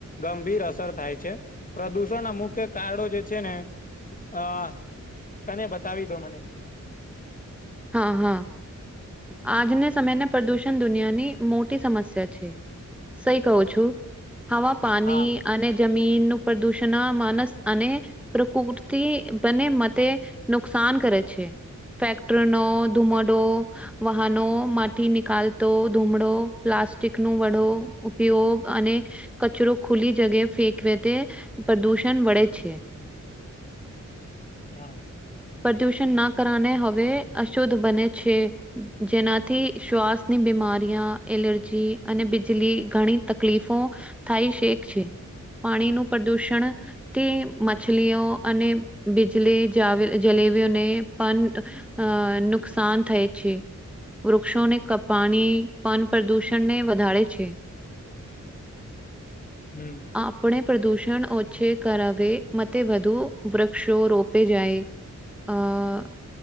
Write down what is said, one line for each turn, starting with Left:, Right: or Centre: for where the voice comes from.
Left: ગંભીર અસર થાય છે, પ્રદુષણ અમુકે કારણો જે છે, ને હા તને બતાવી દો મને
Centre: હ હ. આજને સમયને પ્રદૂષણ દુનિયાની મોટી સમસ્યા છે. સહી કહું છું હવા પાની
Left: હા
Centre: અને જમીનનું પ્રદુષણ માનસ અને પ્રકૃતિ બને મતે નુકસાન કરે છે, ફેક ત્રનો ધુમડો વાહનો માથી નિકાલતો ધૂમડો પ્લાસ્ટિકનો વડો ઉપયોગ અને કચરો ખુલી જગે ફેંકવે તે પ્રદુષણ વળે છે.
Left: હા.
Centre: પ્રદુષણના કરને હવે અશુદ્ધ બને છે. જેનાથી શ્વાસની બીમારીયા એલર્જી અને બીજલી ઘણી તકલીફો થાય શેક છે, પાણીનું પ્રદૂષણ તે મછલીઓ અને બીજલી જાવે જલેબીઓને પન અ નુકસાન થાય છે. વૃક્ષોને કપાણી પન પ્રદૂષણને વધારે છે.
Left: હમ.
Centre: આપણે પ્રદુષણ ઓછે કરવે મતે વધુ વધુ વૃક્ષો રોપે જાય અ